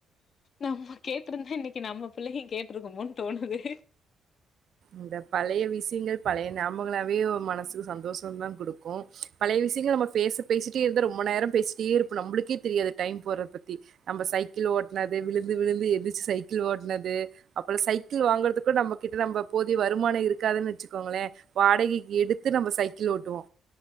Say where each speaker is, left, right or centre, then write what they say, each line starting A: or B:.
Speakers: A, on the left (about 55°); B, on the right (about 60°).
A: நம்ம கேட்டிருந்தா இன்னைக்கு நம்ம பிள்ளையும் கேட்டுருக்கோமோன்னு தோணுது
B: இந்த பழைய விஷயங்கள் பழைய நாமங்களாவே மனசுக்கு சந்தோஷ தான் குடுக்கும் பழைய விஷயங்கள் நம்ம பேச பேசிட்டே இருந்த ரொம்ப நேரம் பேசிட்டே இருப்போ நம்மளுக்கே தெரியாது டைம் போடுறத பத்தி நம்ம சைக்கிள் ஓட்டனது விழுந்து விழுந்து எதிரச்சு சைக்கிள் ஓட்டனது அப்புறோ சைக்கிள் வாங்கறது கூட நம்ம கிட்ட நம்ம போதிய வருமானம் இருக்காதுன்னு வச்சுக்கோங்களே வாடகைக்கு எடுத்து நம்ம சைக்கிள் ஓட்டுவோ